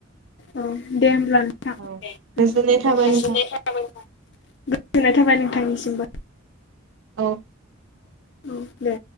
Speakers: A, on the left; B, on the right.
A: औ दे होमब्ला नोंथां
B: औ गोजोननाय
A: <unintelligible>
B: थाबाय
A: गोजोननाय
B: नोंथां
A: थाबाय नोंथांनिसिमबो।
B: औ
A: औ दे